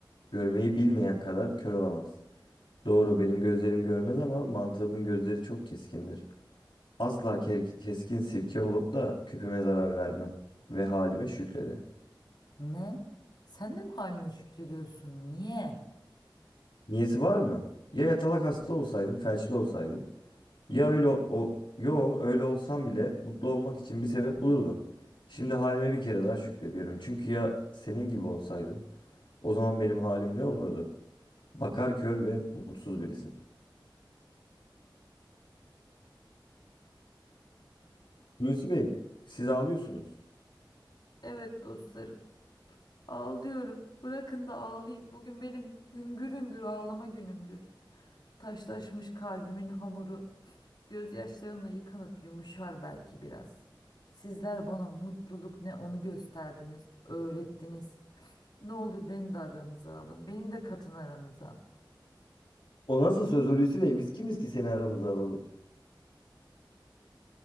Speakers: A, on the left; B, on the left.
A: görmeyi bilmeyen kadar kör olamaz. Doğru benim gözlerim görmez ama mantığımın gözleri çok keskindir. Asla ker- keskin sirke olup da küpüme zarar vermem ve halime şükrederim.
B: Ne? Sen de mi haline şükrediyorsun? Niye?
A: Niyeti var mı? Ya yatalak hasta olsaydım, felçli olsaydım. Ya öyle o, o- yo öyle olsam bile mutlu olmak için bir sebep bulurdum. Şimdi halime bir kere daha şükrediyorum. Çünkü ya senin gibi olsaydım. O zaman benim halim ne olurdu? Bakar kör ve mutsuz birisin. Hulusi Bey, siz ağlıyorsunuz.
B: Evet dostlarım, ağlıyorum. Bırakın da ağlayayım. Bugün benim hüngür hüngür ağlama günümdür. Taşlaşmış kalbimin hamuru. Gözyaşlarımla yıkanıp yumuşar belki biraz. Sizler bana mutluluk ne onu gösterdiniz, öğrettiniz. Ne olur beni de aranıza alın, beni de katın aranıza.
A: O nasıl söz Hulusi Bey? Biz kimiz ki seni aramıza alalım?